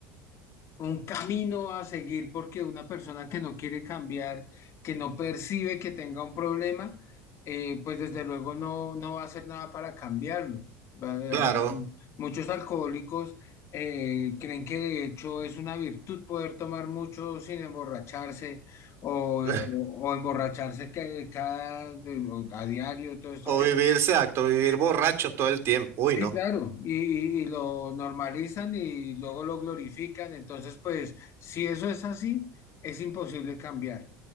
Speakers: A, on the left (about 45°); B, on the right (about 40°).
A: un camino a seguir porque una persona que no quiere cambiar, que no percibe que tenga un problema, eh, pues desde luego no, no va a hacer nada para cambiarlo. Va-
B: Claro.
A: a- Muchos alcohólicos eh, creen que de hecho es una virtud poder tomar mucho sin emborracharse o,
B: <laughs>
A: eh, o- o emborracharse que cada, de- a diario, todo esto
B: O vivir, exacto, vivir borracho todo el tiempo.
A: Sí,
B: Uy, no.
A: claro, y, y- y lo normalizan y luego lo glorifican. Entonces, pues, si eso es así, es imposible cambiar.